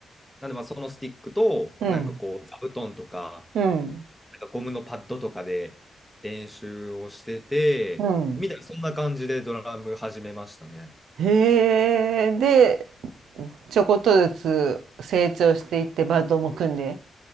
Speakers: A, in the centre; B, on the right.
A: なんでまあそのスティックと、
B: い、うん、
A: なんかこう、座布団とか、
B: うん、
A: なんかゴムのパッドとかで練習をしてて、
B: うん。
A: みたいな、そんな感じでドラム始めましたね。
B: へえ、で、ちょこっとずつ成長していってバンドも組んで。